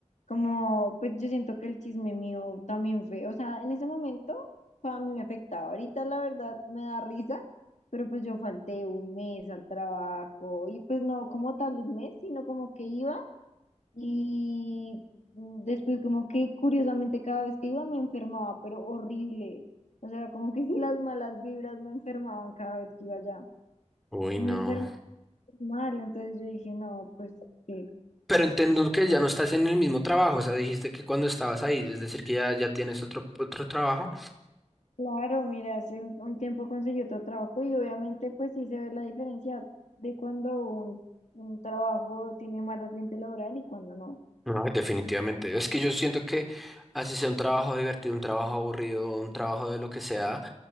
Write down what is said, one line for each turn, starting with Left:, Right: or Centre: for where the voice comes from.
Left: como, pues yo siento que el chisme mío también fue, o sea, en ese momento, pues, a mí me afectaba, ahorita la verdad me da risa, pero pues yo falté un mes al trabajo y pues no como tal un mes, sino como que iba. Y después como que curiosamente cada vez que iba me enfermaba, pero horrible. O sea, como que si las malas vibras me enfermaban cada vez que iba allá.
Centre: Uy,
Left: Y
Centre: no.
Left: me enfermé mal, entonces yo dije, no, pues sí.
Centre: Pero entiendo que ya no estás en el mismo trabajo, o sea, dijiste que cuando estabas ahí, es decir, que ya, ya tienes otro, otro trabajo.
Left: Claro, mira, hace un un tiempo conseguí otro trabajo y obviamente pues sí se ve la diferencia de cuando un, un trabajo tiene más ambiente laboral y cuando no.
Centre: No, definitivamente. Es que yo siento que así sea un trabajo divertido, un trabajo aburrido, un trabajo de lo que sea,